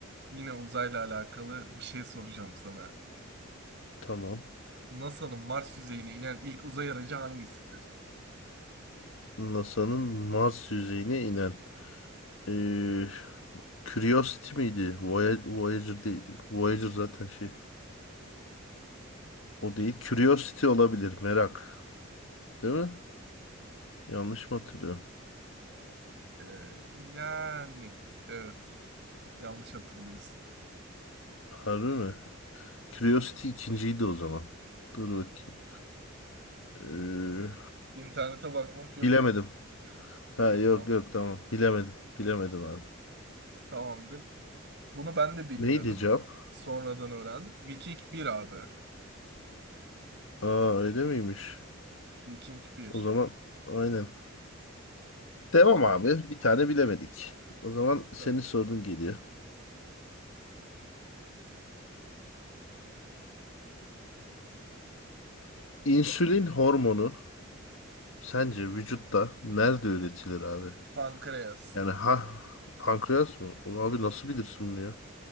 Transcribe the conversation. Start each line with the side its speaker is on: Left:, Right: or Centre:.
Right: yine uzayla alakalı bir şey soracağım sana.
Left: Tamam.
Right: NASA'nın Mars yüzeyine inen ilk uzay aracı hangisidir?
Left: NASA'nın Mars yüzeyine inen eee, Curiosity miydi? Voy- Voyager değil, Voyager zaten şey. O değil. Curiosity olabilir. Merak. Değil mi? Yanlış mı hatırlıyorum?
Right: Ee, yani evet yanlış hatırlıyorsun.
Left: Harbi mi? Curiosity ikinciydi o zaman. Dur bakayım. Eee,
Right: İnternete bakmak yok
Left: bilemedim.
Right: ama. <laughs>
Left: Ha
Right: Evet,
Left: yok
Right: Tamam.
Left: yok tamam. Bilemedim. Bilemedim abi.
Right: Tamamdır. Bunu ben de bilmiyordum.
Left: Neydi cevap?
Right: Sonradan öğrendim. Viking bir abi.
Left: Aa öyle miymiş?
Right: Viking bir.
Left: O zaman aynen. Devam abi. Bir tane bilemedik. O zaman
Right: Tamam.
Left: senin sorun geliyor. İnsülin hormonu sence vücutta nerede üretilir abi?
Right: Pankreas.
Left: Yani ha pankreas mı? Ulan abi nasıl bilirsin bunu ya?